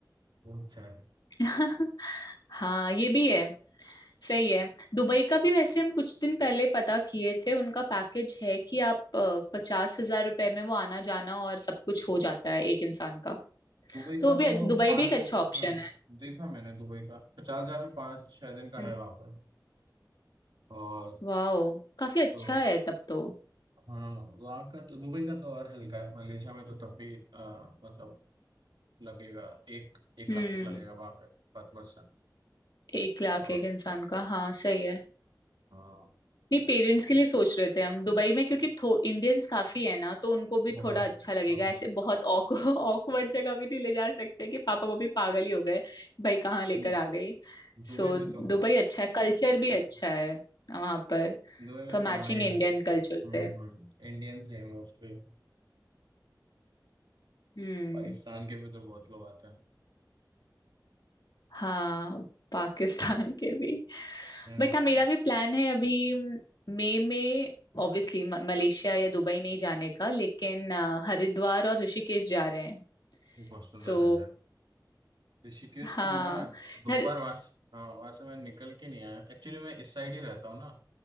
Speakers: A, on the right; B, on the left.
A: वो अच्छा है
B: <laughs> हाँ ये भी है सही है दुबई का भी वैसे हम कुछ दिन पहले पता किए थे उनका पैकेज है कि आप पचास हजार रुपए में वो आना जाना और सब कुछ हो जाता है एक इंसान का
A: दुबई
B: तो
A: का
B: वो भी
A: तो
B: दुबई
A: पाँच
B: भी एक अच्छा
A: दिन का
B: ऑप्शन
A: हाँ
B: है
A: देखा मैंने दुबई का पचास हजार में पाँच छः दिन का
B: हम्म
A: है वहाँ पे और
B: वाह काफी अच्छा
A: तो
B: है तब तो
A: हाँ वहाँ का तो दुबई का तो और हल्का है मलेशिया में तो तब भी अ, मतलब लगेगा एक एक
B: हम्म
A: लाख तक लगेगा वहां पे पर पर्सन
B: एक लाख
A: और
B: एक इंसान का हाँ सही है
A: हाँ
B: नहीं पेरेंट्स के लिए सोच रहे थे हम दुबई में क्योंकि इंडियंस काफी है ना तो उनको भी
A: बहुत
B: थोड़ा अच्छा
A: बहुत
B: लगेगा
A: हाँ
B: ऐसे बहुत ऑकवर्ड <laughs> जगह भी नहीं ले जा सकते कि पापा मम्मी पागल ही हो गए भाई कहाँ लेकर
A: हम्म
B: आ गई
A: दुबई
B: सो
A: में तो
B: दुबई
A: हाँ
B: अच्छा है कल्चर भी अच्छा है वहां पर
A: दुबई में
B: तो
A: तो
B: मैचिंग
A: हाँ इंड
B: इंडियन कल्चर से
A: हम्म हम्म इंडियंस ही है मोस्टली
B: हम्म
A: पाकिस्तान के भी तो बहुत लोग आते हैं
B: हाँ पाकिस्तान के भी
A: हैं
B: बट
A: वहाँ
B: हाँ मेरा
A: पे
B: भी प्लान है अभी मई में ऑब्वियसली मलेशिया या दुबई नहीं जाने का लेकिन अ, हरिद्वार और ऋषिकेश जा रहे हैं
A: वो बहुत सुंदर
B: सो
A: जगह है ऋषिकेश
B: हाँ
A: को मैं दो
B: हर-
A: बार वहाँ से- हाँ वहाँ से मैं निकल के नहीं आया एक्चुअली मैं इस साइड ही रहता हूँ ना